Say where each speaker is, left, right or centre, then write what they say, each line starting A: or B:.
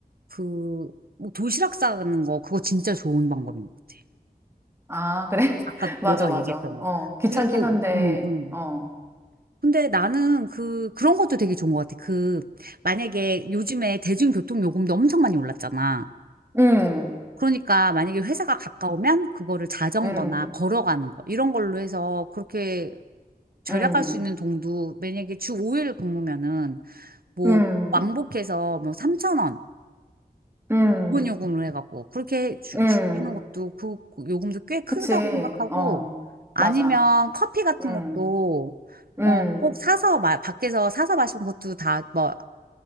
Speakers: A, on the right; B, on the right.
A: 그, 뭐 도시락 싸는 거, 그거 진짜 좋은 방법인 것 같아.
B: 아, 그래?
A: 아까
B: <laughs>
A: 너가
B: 맞아, 맞아.
A: 얘기했던 거.
B: 어, 귀찮긴
A: 그리고,
B: 한데,
A: 음, 음.
B: 어.
A: 근데 나는 그, 그런 것도 되게 좋은 것 같아. 그, 만약에 요즘에 대중교통 요금도 엄청 많이 올랐잖아.
B: 음,
A: 그러니까 만약에 회사가 가까우면 그거를 자전거나
B: 음,
A: 걸어가는 거, 이런 걸로 해서 그렇게 절약할
B: 음,
A: 수 있는 돈도 만약에 주 5일 근무면은 뭐
B: 음,
A: 왕복해서 뭐 3천 원
B: 음,
A: 기본 요금을 해갖고 그렇게 주,
B: 음.
A: 주시는 것도 그, 그 요금도 꽤 크다고
B: 그치.
A: 생각하고
B: 어,
A: 아니면
B: 맞아.
A: 커피 같은
B: 음,
A: 것도
B: 음.
A: 어, 꼭 사서 마, 밖에서 사서 마시는 것도 다 뭐